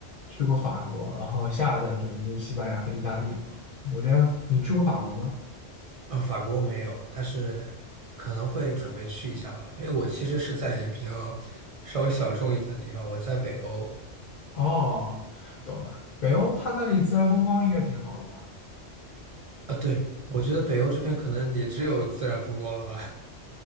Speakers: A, on the left (about 55°); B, on the right (about 50°).
A: 去过法国，然后下一站准备就是西班牙和意大利嘛。我觉得你去过法国吗？
B: 啊，法国没有，但是可能会准备去一下吧，因为我其实是在一比较稍微小众一点的地方，我在北欧。
A: 哦，懂了，北欧它那里自然风光应该挺好的吧？
B: 啊，对，我觉得北欧这边可能也只有自然风光了吧。